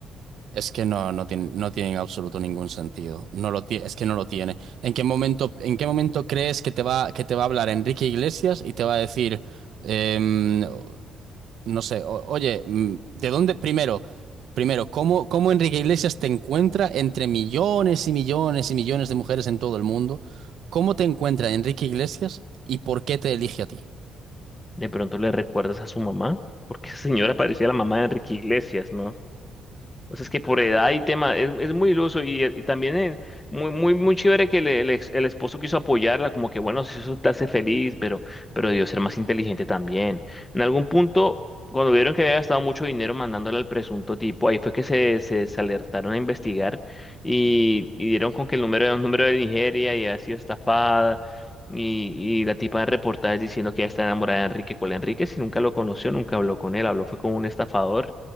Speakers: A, on the right; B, on the left.
A: Es que no, no tiene, no tiene en absoluto ningún sentido. No lo tie- es que no lo tiene. ¿En qué momento, en qué momento crees que te va, que te va a hablar Enrique Iglesias y te va a decir, em, no sé, o- oye, mm, ¿de dónde? Primero, primero, ¿cómo, cómo Enrique Iglesias te encuentra entre millones y millones y millones de mujeres en todo el mundo? ¿Cómo te encuentra Enrique Iglesias y por qué te elige a ti?
B: De pronto le recuerdas a su mamá, porque esa señora parecía la mamá de Enrique Iglesias, ¿no? O sea, es que por edad y tema, es, es muy iluso y, eh, y también eh, muy, muy, muy chévere que le- el, ex- el esposo quiso apoyarla, como que bueno, si eso te hace feliz, pero, pero debió ser más inteligente también. En algún punto, cuando vieron que había gastado mucho dinero mandándole al presunto tipo, ahí fue que se, se, se alertaron a investigar y, y dieron con que el número era un número de Nigeria y había sido estafada. Y, y la tipa de reportajes diciendo que ella está enamorada de Enrique. ¿Cuál Enrique? Si nunca lo conoció, nunca habló con él, habló fue con un estafador